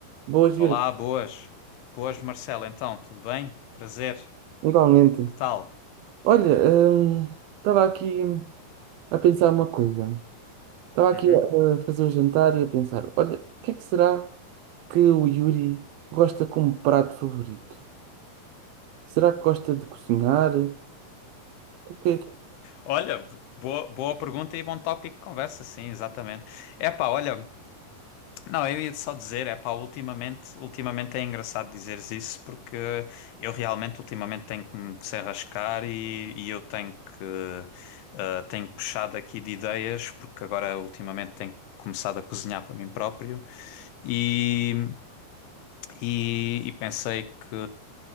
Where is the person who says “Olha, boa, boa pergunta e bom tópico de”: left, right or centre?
Left